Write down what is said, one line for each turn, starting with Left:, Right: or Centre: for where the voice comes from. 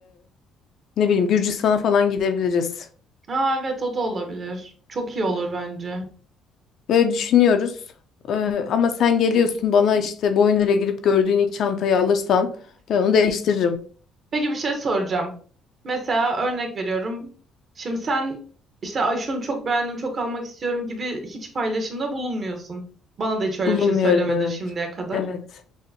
Left: Ne bileyim Gürcistan'a falan gidebiliriz.
Right: Aa, evet o da olabilir. Çok iyi olur bence.
Left: Böyle düşünüyoruz. Ee, ama sen geliyorsun bana işte Boyner'e girip gördüğün ilk çantayı alırsan ben onu değiştiririm.
Right: Peki bir şey soracağım. Mesela örnek veriyorum. Şimdi sen işte ay şunu çok beğendim çok almak istiyorum gibi hiç paylaşımda bulunmuyorsun. Bana da hiç öyle
Left: Bulunmuyorum
Right: bir şey söylemedin
Left: evet.
Right: şimdiye kadar.
Left: Evet.